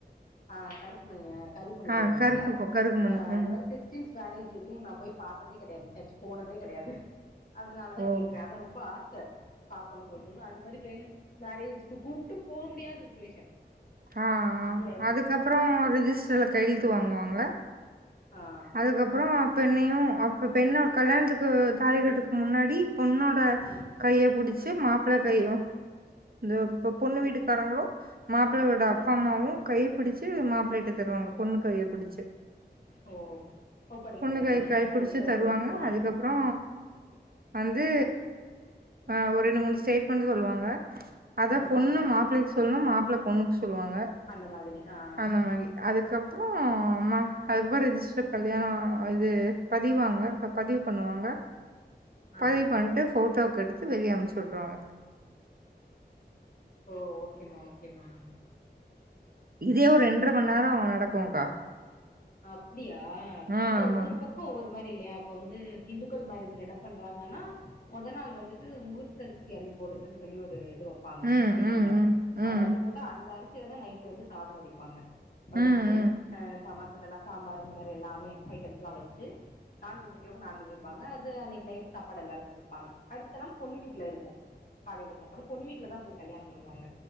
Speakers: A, on the left (about 55°); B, on the right (about 60°).
A: அ கருப்பு மணி அ கருக மணி
B: ஆ
A: போடுவாங்க
B: கருப்பு ப கருப்பு மணி
A: அ இந்த
B: ம்
A: மாரி கிறிஸ்டீன் மேரேஜ் எதுவு நா போய் பாத்ததே கெடயாது சர்ச் போனதே கெடயாது அதனால தான
B: ஓ
A: கேக்குறே ஆனா ரொம்ப ஆச ச பாக்கணு தோணு அந்த மாரி ஃப்ரெண்ட்ஸ் மேரேஜ்க்கு கூப்பிட்டு போக முடியாத சுச்சுவேஷன்
B: ஆ
A: அப்டியா
B: ஆ அதுக்கப்றோ ரிஜிஸ்டர்ல கையெழுத்து வாங்குவாங்க
A: ஆ
B: அதுக்கப் அப்றோ பெண்ணையு அப்போ பெண்ண கல்யாணத்துக்கு தாலி கட்டுறதுக்கு முன்னாடி பொண்ணோட
A: ம்
B: கைய பிடிச்சு மாப்பிள கையு இந்த பொண்ணு வீட்டுக்கு காறங்களு மாள்ளையோட
A: ம்
B: அப்பா அம்மாவு கைய பிடிச்சு மாப்பிள்ள கிட்ட தருவாங்க பொண்ணு கைய பிடிச்சு
A: ஓ ஒப்படைக்கிற
B: பொண்ணு
A: மாதிரி
B: கை கைய
A: உங்ககிட்ட
B: புடிச்சி
A: ஒப்படைச்சிட்டோ
B: தருவாங்க அதுக்கப் ப்றோ வந்து அ ஒரு ரெண்டு மூணு ஸ்டேட்மெண்ட் சொல்வாங்க அத
A: ஆ
B: பொண்ணு மாப்ளிக்கு சொல்ணு மாப்ள பொண்ணுக்கு சொல்வாங்க
A: அந்த மாதிரி ஆ
B: அந்த மாரி அதுக்கப்றோ ம அதுக்கப்றோ ரிஜிஸ்டர் கல்யாணோ அது பதிவாங்க பதிவு பண்ணுவாங்க
A: ஆ
B: பதிவு பண்ணிட்டு ஃபோட்டோக் எடுத்து வெளிய அமிச்சுவுட்ருவாங்க
A: ஓ ஓகேம்மா ஓகேம்மா
B: இதே ஒரு ரெண்டர மணி நேரோ நடக்குங்க்கா
A: அப்டியா
B: ஆ
A: அத
B: ஆமா
A: ஒவ்வொரு பக் க்கு ஒவ்வொரு மாரி இல்லியா அப்ப வந்து இந்துக்கள் மேரெஜ்ல என்ன பண்றாங்கன்னா மொத நாள் வந்துட்டு முகூர் த்தரிசி அள்ளி போட்றதுன்னு சொல்லி ஒரு இது வெப் ப்பாங்க
B: ம்
A: ஈவ்னிங்ல
B: ம் ம் ம்
A: அது அள்ளி போட்ட அந்த அரிசிலதா நைட் வந்து சாதோ வடிப்பாங்க வடிச்சி
B: ம் ம்
A: அ மத்ததெல்லா சாம்பார் இந்த மாரி எல்லாமே ஐட்டம்ஸ் எல்லா வெச்சு நான்வெஜ் வெக்கிறவங்க நான்வெஜ் வெப்பாங்க அது அன்னிக்கு நைட்டு சாப்பாடு எல்லார்க்கு குடுப்பாங்க அடுத்த நாள் பொண்ணு வீட்ல இருக்கு காலில சாப்பாடு பொண்ணு வீட்லதா போய் கல்யாணோ பண்ணுவாங்க